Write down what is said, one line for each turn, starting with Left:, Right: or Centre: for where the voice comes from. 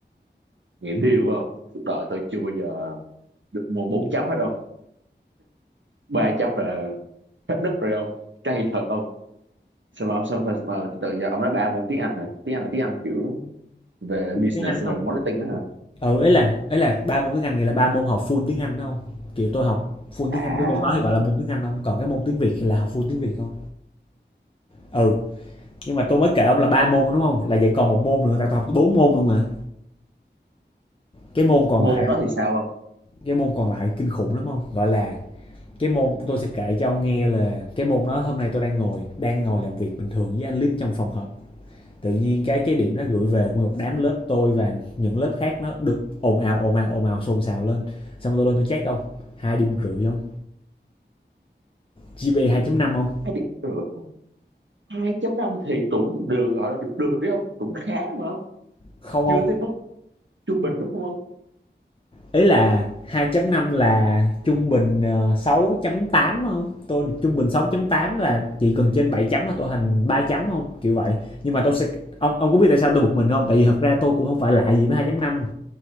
Right: Nghĩa đi phải không? Suốt đời tôi chưa bao giờ được mua bốn chấm hết đâu. Ba chấm là đất rồi ông cay thật ông sao mà ông sao mà, mà từ từ giờ ông nói ba môn tiếng Anh hả tiếng Anh là tiếng Anh kiểu về
Left: full
Right: business
Left: tiếng Anh
Right: xong
Left: không?
Right: rồi marketing đó hả
Left: Ừ, ấy là ấy là 3 môn tiếng Anh nghĩa là ba môn học full tiếng Anh á không? kiểu, tôi học full
Right: à
Left: tiếng Anh, cái môn đó thì gọi là môn tiếng Anh không? còn cái môn tiếng Việt thì là học full tiếng Việt không? Ừ. nhưng mà tôi mới kể ông là ba môn đúng không là vẫn còn một môn nữa tại tôi học bốn môn luôn mà cái môn còn
Right: môn
Left: lại
Right: đó thì sao không
Left: cái môn còn lại kinh khủng lắm không gọi là cái môn tôi sẽ kể cho ông nghe là cái môn đó hôm nay tôi đang ngồi đang ngồi làm việc bình thường với anh lít trong phòng họp tự nhiên cái cái điểm
Right: Ừ,
Left: nó gửi về nguyên một đám lớp tôi và những lớp khác nó được ồn ào ồn ào ồn ào xôn xào lên xong tôi lên tôi check không hai điểm rưỡi không gp 2 năm không
Right: hai điểm rưỡi không hai chấm năm thì cũng được gọi là được được đấy không cũng khá mà không
Left: không không
Right: chưa tới mức trung bình đúng không ông?
Left: ý là 2.5 là trung bình ờ, 6.8 không tôi trung bình 6.8 là chỉ cần trên 7 chấm là tôi thành 3 chấm không kiểu vậy nhưng mà tôi sẽ ông ông có biết tại sao tôi bực mình không tại vì thật ra tôi cũng không phải lạ gì với 2.5